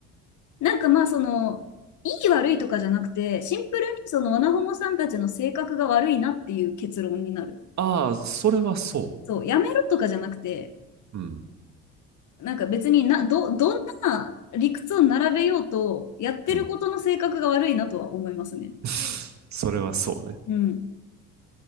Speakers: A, on the left (about 60°); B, on the right (about 55°).
A: なんかまあその、いい悪いとかじゃなくて、シンプルにそのワナホモさんたちの性格が悪いなっていう結論になる。
B: ああ、それはそ
A: そう、やめろとかじゃなくて、
B: う。うん。
A: なんか別にな、ど、どんな理屈を並べようと、やってることの性格が悪いなとは思いますね。
B: うん。<laughs> それはそうね。
A: うん。